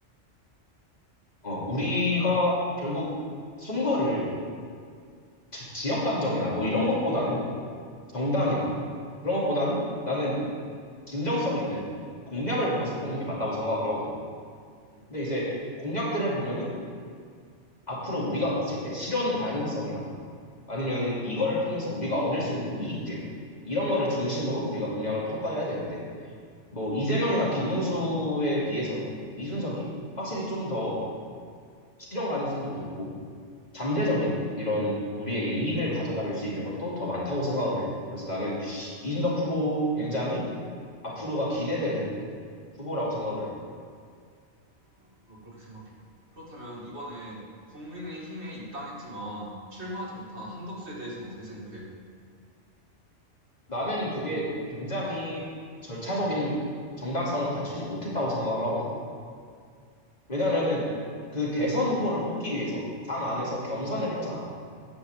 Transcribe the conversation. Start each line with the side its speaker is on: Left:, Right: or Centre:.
Left: 어, 우리가 결국 선거를 지- 지역 감정이나 뭐 이런 것보다는 정당이나 그런 것보다는 나는 진정성 있는 공약을 보고서 뽑는 게 맞다고 생각을 하거든.
Right: 응
Left: 근데 이제 공약들을 보면은 앞으로 우리가 봤을 때 실현 가능성이나 아니면 이거를 통해서 우리가 얻을 수 있는 이익들 이런 거를 중심으로 우리가 공약을 평가해야 되는데 뭐 이재명이나 김문수에 비해서는 이준석이 확실히 좀 더 실현 가능성도 높고 잠재적인 이런 우리에게 이익을 가져다 줄 수 있는 것도 더 많다고 생각을 해. 그래서 나는 이준석 후보 굉장히 앞으로가 기대되는 후보라고 생각을 해.
Right: 그거나 너도 그렇게 생각해. 그렇다면 이번에 국민의힘에 입당했지만 출마하지 못한 한덕수에 대해서는 어떻게 생각해?
Left: 나는 그게 굉장히 절차적인 정당성을 갖추지 못했다고 생각을 하거든. 왜냐면은 그 대선 후보를 뽑기 위해서 당 안에서 경선을 했잖아.